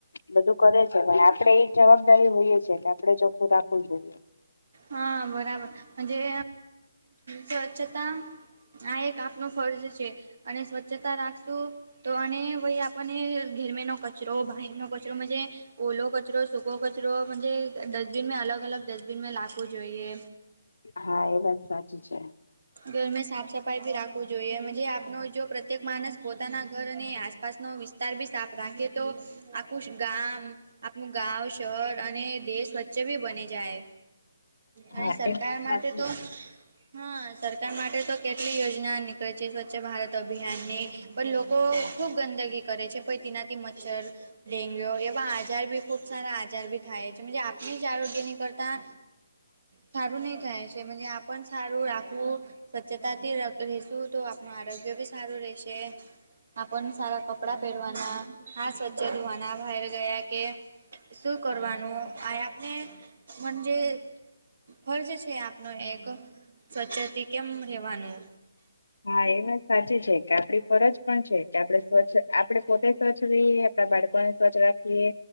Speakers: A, on the left (about 85°); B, on the right (about 65°).
A: બધું કરે છે પણ આપડે એ જવાબદારી હોઈએ છે કે આપડે ચોખ્ખું રાખવું જોઈએ.
B: હા બરાબર હજે, સ્વચ્છતા આ એક આપનો ફર્જ છે. અને સ્વચ્છતા રાખશું, તો અને ભાઈ આપણને ગેરમેનો કચરો બહારનો કચરો મન્જે, ઓલો કચરો સૂકો કચરો મજે ડસ્ટબિન મેં અલગ અલગ ડસ્ટબિન મેં લાગવું જોઈએ.
A: હા, એ વાત સાચી છે.
B: ઘરમે સાફ સફાઈ ભી રાખવું જોઈએ મજે આપનો જો પ્રત્યેક માણસ પોતાના ઘર અને આસપાસનો વિ સ્તારબી સાફ રાખે તો આખું ગામ આપણું ગાવ, શહર અને દેશ વચ્ચે બી બની જાય અને
A: હા
B: સરકાર
A: એ વાત
B: માટે
A: સાચી
B: તો
A: છે.
B: હા, સરકાર માટે તો કેટલી યોજના નીકળે છે સ્વચ્છ ભારત અભિયાનની પણ લો કો ખૂબ ગંદગી કરે છે પહી તેનાથી મચ્છર, ડેન્ગ્યુ એવા અજાયબી ખૂબ સારા આજાર બી થાય છે મજે આપણે જ આરોગ્યની કરતા સારું નહી થાય છે મજે આપણ સારું રાખવું સ્વચ્છતાથી રેશું તો આપણ આરોગ્ય બી સારું રહેશે. આપણ સારા કપડાં પહેરવાના હાથ સ્વચ્છ ધોવાના બાયર ગયા કે શું કરવાનું આ આપને મંજે ફર્જ છે આ પણ એક સ્વચ્છતી કેમ રહેવાનું
A: હા, એ વાત સાચી છે કે આપડી ફરજ પણ છે કે આપડે સ્વચ્છ આપડે પોતે સ્વચ્છ રઈએ આપડા બાળકોને સ્વચ્છ રાખીએ